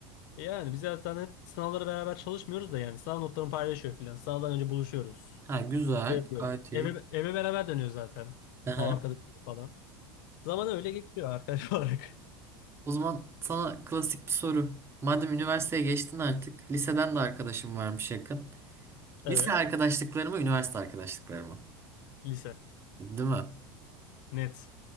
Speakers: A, on the left; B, on the right.
A: E Yani biz zaten hep sınavlara beraber çalışmıyoruz da yani sınav notlarını paylaşıyor filan. Sınavdan önce buluşuyoruz.
B: Ha güzel.
A: Şey yapıyoruz.
B: Gayet iyi.
A: Eve, eve beraber dönüyoruz zaten.
B: Aha.
A: O arkadaşım falan. Zaman öyle geçiyor arkadaş <laughs> olarak.
B: O zaman sana klasik bir soru. Madem üniversiteye geçtin artık. Liseden de arkadaşım varmış yakın.
A: Evet.
B: Lise arkadaşlıkları mı, üniversite arkadaşlıkları mı?
A: Lise.
B: Değil mi?
A: Net.